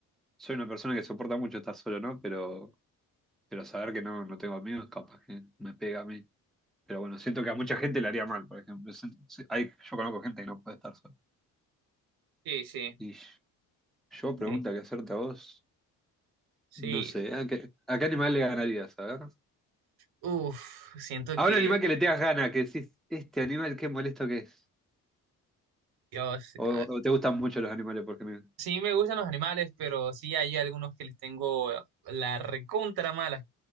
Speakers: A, in the centre; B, on the right.
A: soy una persona que soporta mucho estar solo, ¿no? Pero, pero saber que no, no tengo amigos, capaz que me pega a mí. Pero bueno, siento que a mucha gente le haría mal, por ejemplo. Si- si- Hay, yo conozco gente que no puede estar sola.
B: Sí, sí.
A: Y Yo pregunta
B: Sí.
A: que hacerte a vos,
B: Sí.
A: no sé, ¿a qué, a qué animal le ganarías? A ver.
B: Uf, siento
A: A
B: que
A: un animal que le tengas gana, que decís, este animal qué molesto que es.
B: Dios,
A: O,
B: ah,
A: o te gustan mucho los animales porque me...
B: sí me gustan los animales, pero sí hay algunos que les tengo la recontra mala.